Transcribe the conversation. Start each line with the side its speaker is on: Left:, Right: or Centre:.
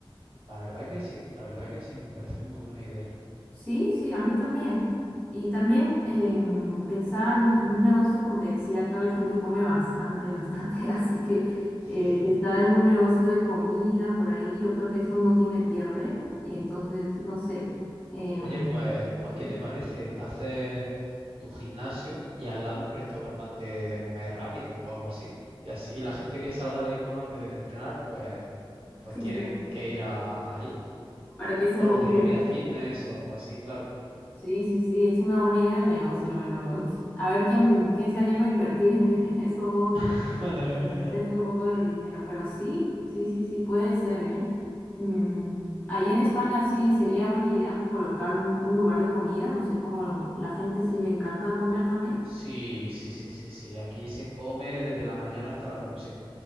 Right: La verdad que sí, la verdad que sí, me parece muy buena idea.
Left: Sí, sí, a mí también. Y también em, pensaba en, en un negocio, como te decía, acá la gente come bastante, bastante, <laughs> así que
Right: <laughs>
Left: eh, pensaba en un negocio de comida por ahí, y yo creo que eso no tiene pierde, Y entonces, no sé, em,
Right: Oye, pues, pues,
Left: Sí.
Right: ¿qué te parece? Haces tu gimnasio y al lado un restaurante de comer rápido o algo así. Y así la gente que salga de, con hambre de entrenar, pues, pues
Left: que
Right: tienen
Left: se-
Right: que ir a, ahí.
Left: para que se
Right: O
Left: motiven.
Right: algo de comida fitness o algo así, claro.
Left: Sí, sí, sí, es una buena idea de negocio, pero a ver quién, quién se anima a invertir en, <laughs> en esos dos
Right: <laughs>
Left: que me preste un poco de dinero, pero sí, sí, sí, sí, puede ser, ¿eh? Mm, ahí en España sí sería buena idea colocar un, un lugar de comida, no sé cómo la gente sí le encanta comer también.
Right: Sí, sí, sí, sí, sí. Aquí se come desde la mañana hasta la noche.